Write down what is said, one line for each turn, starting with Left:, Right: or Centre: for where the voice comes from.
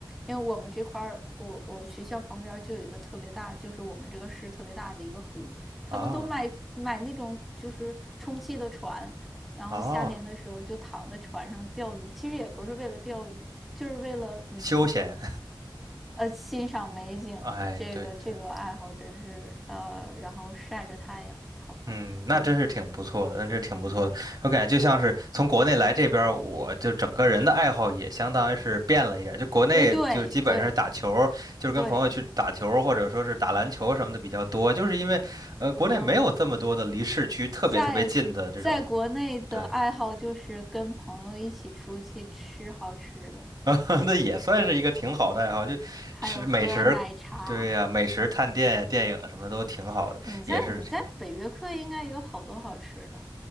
Centre: 因为我们这块儿，我我学校旁边儿就有一个特别大，就是我们这个市特别大的一个湖，他们都买买那种就是充气的船，
Right: 哦
Centre: 然后夏天的时候就躺在船上钓鱼，
Right: 哦，
Centre: 其实也不是为了钓鱼，就是为了嗯
Right: 休闲，
Centre: 呃欣赏美景，
Right: <laughs> 哎，
Centre: 这个这个爱好真是呃，
Right: 对对。
Centre: 然后晒着太阳，好漂亮好美，
Right: 嗯，那真是挺不错的，那真是挺不错的。我感觉就像是从国内来这边儿我就整个人的爱好也相当于是变了一点儿就国内就基本上是打球儿就是跟朋友去打球儿或者说是打篮球什么的比较多，
Centre: 呃，对对对，
Right: 就是因为呃国内没有这么多的离市区特别特别近的这种，
Centre: 嗯。在在国内的爱好就是跟朋友一起出去吃好吃的，
Right: 对，<laughs> 那也算是一个挺好的爱好，就吃美食。
Centre: 还有喝奶茶。
Right: 对呀，美食探店呀，电影什么都挺好的，
Centre: 你在你在北约克应该有好多好吃的，
Right: 也是挺